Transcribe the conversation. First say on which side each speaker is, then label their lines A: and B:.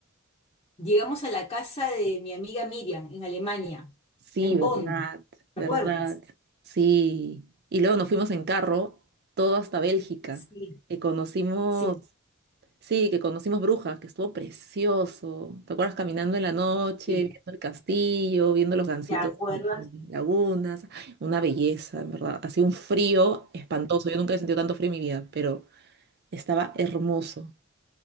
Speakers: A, on the left (about 25°); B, on the right (about 50°).
A: llegamos a la casa de mi amiga Miriam en Alemania,
B: Sí,
A: en
B: verdad,
A: Bonn. ¿Te
B: verdad,
A: acuerdas?
B: sí. Y luego nos fuimos en carro, todo hasta Bélgica,
A: Sí,
B: que conocimos,
A: sí,
B: sí, que conocimos Brujas, que estuvo precioso. ¿Te acuerdas caminando en la noche,
A: sí.
B: viendo el castillo, viendo los gansitos
A: ¿Te acuerdas?
B: en, en lagunas? Una belleza, en verdad. Hacía un frío espantoso. Yo nunca he sentido tanto frío en mi vida, pero estaba hermoso.